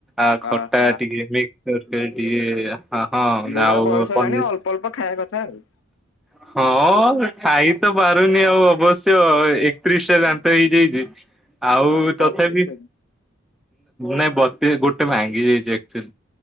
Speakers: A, in the centre; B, on the left.
A: ଆ ଖଟା
B: ଅହ
A: ଟିକେ ତରକାରୀ ଟିକେ ହଁ ହଁ
B: ବୁଢା
A: ନା ଆଉ
B: ବୟସ ହେଲାଣି
A: ପନିର।
B: ଅଳ୍ପ ଅଳ୍ପ ଖାଇବା କଥା ଆଉ
A: ହୁଁ। <inaudible> ହଁ ଖାଇ ତ ପାରୁନି ଆଉ ଅବଶ୍ୟ ଏକତିରିଶ ଟା ଦାନ୍ତ ହେଇଯାଇଛି। ଆଉ
B: ଓହୋ
A: ତଥାପି
B: ବତିଶ
A: ନାଇଁ ବତି ଗୋଟେ ଭାଙ୍ଗି ଯାଇଛି